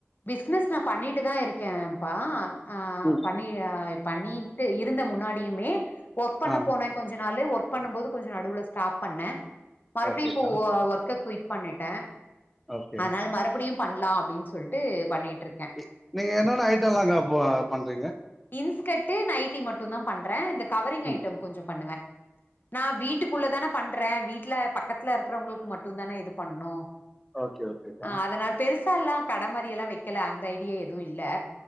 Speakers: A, on the left; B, in the centre.
A: பிசினஸ் நான் பண்ணிட்டு தான் இருக்கேன்பா ஆ
B: ம்.
A: பன்னிட் பண்ணிட்டு இருந்த முன்னாடியுமே ஒர்க் பண்ண
B: ஆ
A: போனன் கொஞ்ச நாள் ஒர்க் பண்ணும் போது கொஞ்சோ நடுவுல ஸ்டாப் பண்ணே மறுபடியும்
B: ஓகேக்கா.
A: இப்ப ஒர்க்குய் பண்ணிட்டேன்
B: ஓகே.
A: ஆனால் மறுபடியும் பண்ணலாம் அப்படின்னு சொல்லிட்டு பண்ணிட்டு இருக்கேன்
B: இ நீங்க என்னென்ன ஐட்டம்லாம்க்கா ப பண்றீங்க?
A: இன்ஸ்கட் நைட்டி மட்டும் தான் பண்றேன் இந்த கவரிங்
B: ம்.
A: ஐட்டம் கொஞ்சோ பண்ணுவேன் நான் வீட்டுக்குள்ள தானே பண்றேன் வீட்டு ட்ல பன் பக்கத்துல இருக்கிறவங்களுக்கு மட்டு மட்டும் தானே இது பண்ணும்
B: ஓகே, ஓகேக்கா.
A: ஆஹ் அதனால பெருசா எல்லாம் கடைமாதிரி எல்லாம் வைக் ல அந்த ஐடியா எதுவு இல்ல